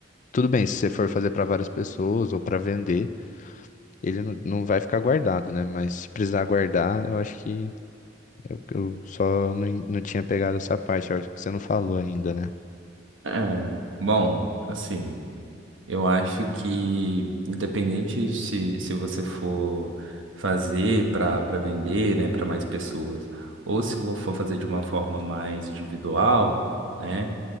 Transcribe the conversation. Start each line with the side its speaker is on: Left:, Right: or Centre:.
Left: Tudo bem, se você for fazer pra várias pessoas ou pra vender, ele não, não vai ficar guardado, né? Mas se precisar guardar, eu acho que eu, eu só não, en- não tinha pegado essa parte, eu acho que você não falou ainda, né?
Right: É, bom, assim, eu acho que independente se, se você for fazer para para vender, né, para mais pessoas, ou se vo- for fazer de uma forma mais individual, né,